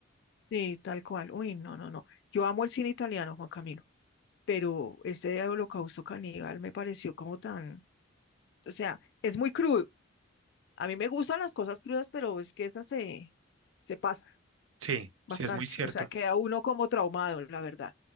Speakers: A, on the left; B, on the right.
A: sí, tal cual, uy, no, no, no. Yo amo el cine italiano, Juan Camilo. pero ese holocausto caníbal me pareció como tan, o sea, es muy crudo. A mí me gustan las cosas crudas, pero es que esa se, se pasa
B: Sí,
A: bastante.
B: sí, es muy cierto.
A: O sea, queda uno como traumado, la verdad.